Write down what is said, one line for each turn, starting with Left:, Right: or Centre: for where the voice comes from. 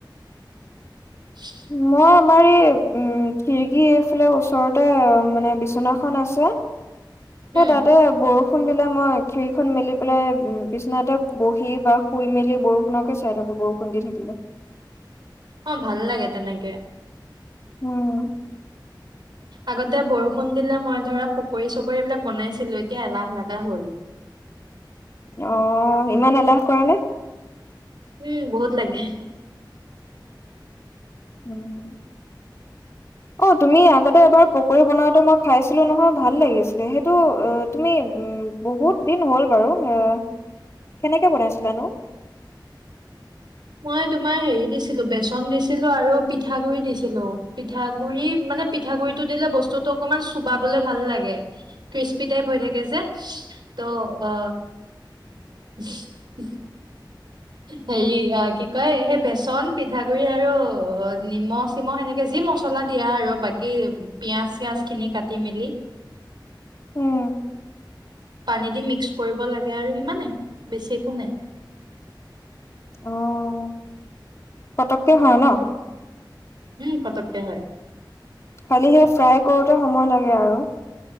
Right: <inaudible>
Left: মই আমাৰ এই উম খিৰিকী এইফালে ওচৰতে মানে বিচনা এখন আছে। সেই
Right: উম
Left: তাতে বৰষ ষুণ দিলে মই খিৰিকীখন মেলি পেলাই বিছনাতে বহি বা শুই মেলি বৰষুণকে চাই থাকোঁ। বৰষু ষুণ দি থাকিলে।
Right: অ' ভাল লাগে তেনেকে।
Left: উম।
Right: আগতে বৰষুণ দিলে মই ধৰা পকৰি-চকৰি এই বিলাক বনাইছিলো, এতিয়া এলাহ লাগা হ'ল।
Left: অহ ইমান এলাহ কৰা নে?
Right: উম বহুত লাগে।
Left: উম, অ তুমি আগতে এবাৰ পকৰী বনাওতে মই খাইছিলো নহয় ভাল লাগিছিলে, সেইটো অ তুমি উম বহুত দিন হ'ল বাৰু আহ কেনেকে বনাইছিলানো?
Right: মই তোমাৰ হেৰি দিছিলো বেচন দিছিলো আৰু পিঠাগুৰি দিছিলো, পিঠাগুৰি মানে পিঠাগুৰিটো দিলে বস্তুটো অকমান চুবাবলৈ ভাল লাগে। ক্ৰিস্পি টাইপ হৈ থাকে যে, ত' অ <unintelligible> হেৰি আহ কি কয় সেই বেচন পিঠাগুৰি আৰু অ নিমখ চিমখ সেনেকে যি মচ মচলা দিয়া আৰু বাকী পিয়াজ চিয়াজখিনি কাটি মেলি।
Left: উম।
Right: পানী দি মিক্স কৰিব লাগে আৰু সিমানে, বেছি একো নাই।
Left: অহ পতককে হয় ন?
Right: উম পতককে হয়।
Left: খালি সে ফ্ৰাই কৰোতে সময় লাগে আৰু।